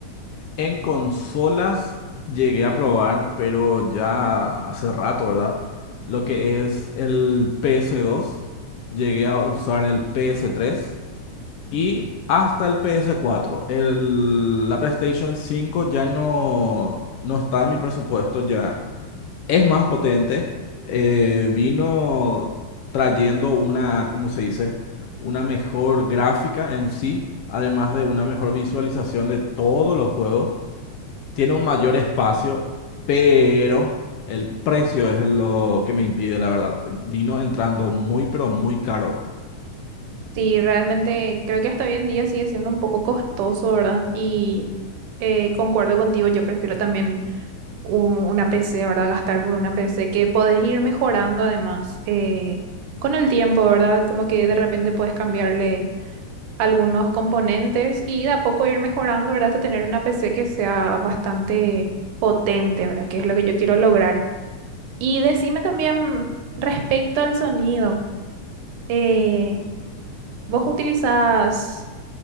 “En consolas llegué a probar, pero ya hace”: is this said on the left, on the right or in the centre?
Left